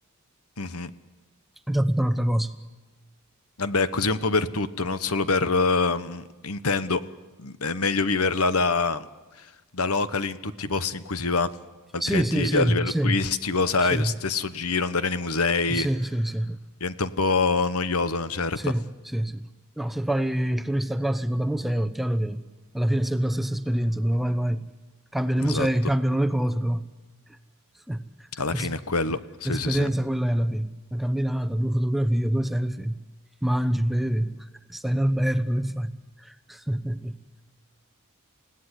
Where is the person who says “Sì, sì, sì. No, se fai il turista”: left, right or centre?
Centre